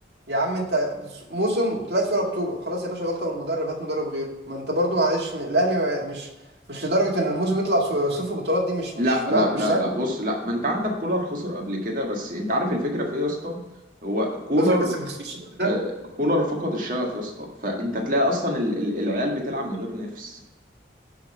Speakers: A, on the right (about 65°); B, on the right (about 45°).
A: يا عم انت موسم طلعت فيه ولا بطوله خلاص يا باشا غلطه من المدرب هات مدرب غيره ما انت برضو معلش م- الاهلي ما- مش مش لدرجه ان الموسم يطلع ص- صفر بطولات دي مش
B: لا
A: مش لا
B: لا
A: مش
B: لا
A: سهل
B: لا بص لا ما انت عندك كولر خسر قبل كده بس انت عارف الفكره في ايه يا اسطى هو كولر
A: خسر بس ما خسرش كل ده
B: آه، كولر فقد الشغف يا اسطى فانت تلاقي اصلا ال- ال- العيال بتلعب من غير نفس